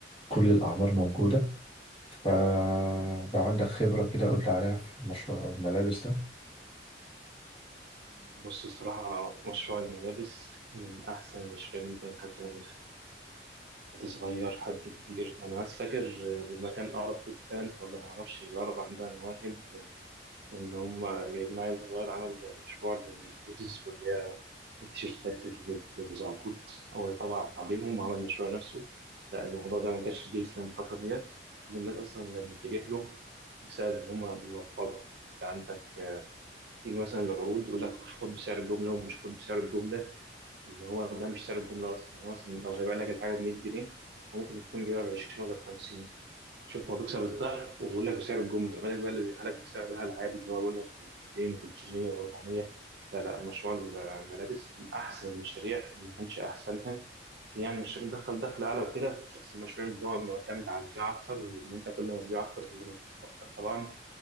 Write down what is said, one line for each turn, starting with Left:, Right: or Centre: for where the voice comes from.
Left: كل الأعمار موجودة فلو عندك خبرة كده قول لي عليها في مشروع الملابس ده
Right: بص الصراحة مشروع الملابس من أحسن المشاريع اللي ممكن حد يعملها حد صغير حد كبير أنا عايز فاكر لما كان أقرب بستان ولا معرفش الأقرب عندها مواهب إن هم جايبين عيل صغير عمل مشروع للهوديز واللي هي التيشيرتات اللي بزعبوط هو طبع عليهم وعمل مشروع نفسه لا الموضوع ده منتشر جدا الفترة ديت كل الناس أصلا بتتجه له بسبب إن هم بيوفروا أنت عندك آه، تيجي مثلا العروض يقول لك خد بسعر الجملة ومش خد بسعر الجملة اللي هو ده مش سعر الجملة أصلا يعني هو مثلا لو هيبيع لك الحاجة ب 100 جنيه هو ممكن يكون جايبها ب 20 ولا ب 50 شوف هو بيكسب الضعف وبيقول لك بسعر الجملة ما بالك بقى اللي بيبيعها لك بسعرها العادي اللي هو بيقول لك 200 و300 و400 لا لا مشروع الملابس من أحسن المشاريع اللي ما كانش أحسنها يعني مش بتدخل دخل أعلى وكده بس المشروع اللي هو معتمد على البيع أكتر إن أنت كل ما تبيع أكتر كل ما تكسب أكتر طبعا